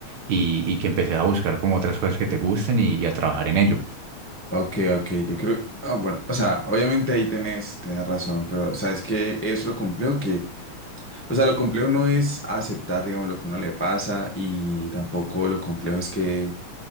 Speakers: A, on the right; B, in the centre.
A: y, y que empeces a buscar como otras cosas que te gusten y, y a trabajar en ello.
B: Ok, ok, yo creo, ah, bueno, o sea, obviamente ahí tenés, tenés razón, pero ¿sabes qué es lo complejo? Que O sea, lo complejo no es aceptar, digamos, lo que a uno le pasa y tampoco lo complejo es que